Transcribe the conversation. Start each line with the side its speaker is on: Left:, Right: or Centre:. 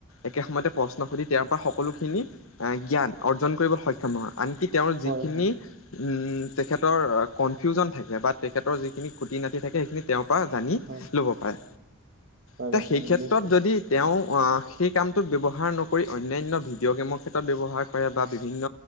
Left: একে সময়তে প্ৰশ্ন সুধি তেঁওৰ পৰা সকলোখিনি জ্ঞান অৰ্জন কৰিবলৈ সক্ষম হয়, আনকি তেওঁৰ
Right: হয়
Left: যিখিনি
Right: হয়
Left: উম, তেখেতৰ কনফিউজন থাকে, বা তেখেতৰ যিখিনি খুটি- নাতি থাকে সেইখিনি তেওঁৰ পৰা জানি
Right: হয়,
Left: ল'ব পাৰে।
Right: পাৰে
Left: এতিয়া সেই
Right: পাৰে
Left: কেত্ৰত
Right: নিশ্চয়।
Left: যদি তেওঁ সেই কামটোত ব্যৱহাৰ নকৰি অন্যান্য ভিডিঅ' গেমৰ, ক্ষেত্ৰত ব্যৱহাৰ কৰে বা বিভিন্ন